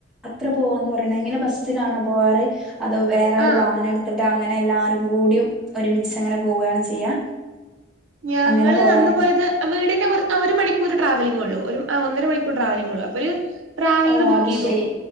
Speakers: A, in the centre; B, on the right.
A: യാത്ര പോവാന്ന് പറയണ ഇങ്ങനെ ബസ്സിലാണോ പോവാറ് അത വേറെ
B: ആഹ്
A: ഒരു വാഹന എടു അങ്ങനെ എല്ലാരും കൂടിയും ഒരുമിച്ച അങ്ങനെ പോവുകയാണ് ചെയ്യാ
B: ഞങ്ങള്
A: അങ്ങനെ പോവാറാണ്
B: അന്ന് പോയത് വീടിന്റെ കുറ ഒരു മണിക്ക ഒരു ട്രാവലി് ഉള്ളൂ ഒരു ഒന്നര മണിക്കൂർട്രാവലിംഗ ഉള്ളൂ അപ്പൊ ഒരു ട്രാവലർ
A: ഓ
B: ബുക്ക്
A: അത്
B: ചെയ്തു
A: ശരി